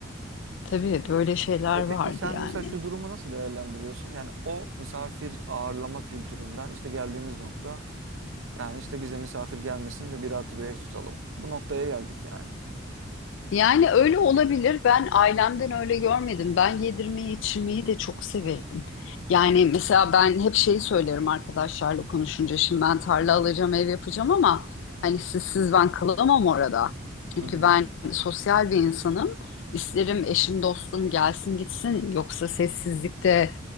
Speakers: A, on the left; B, on the right.
A: Tabii böyle şeyler
B: E
A: vardı
B: peki sen
A: yani.
B: mesela şu durumu nasıl değerlendiriyorsun? Yani o misafir ağırlama kültüründen işte geldiğimiz nokta yani işte bize misafir gelmesin de bir artı bir ev tutalım. Bu noktaya geldik yani.
A: Yani öyle olabilir. Ben ailemden öyle görmedim. Ben yedirmeyi, içirmeyi de çok severim. Yani mesela ben hep şeyi söylerim arkadaşlarla konuşunca. Şimdi ben tarla alacağım, ev yapacağım ama hani sizsiz ben kalamam orada. Çünkü
B: Hı hı.
A: ben sosyal bir insanım. İsterim eşim, dostum gelsin gitsin. Yoksa sessizlikte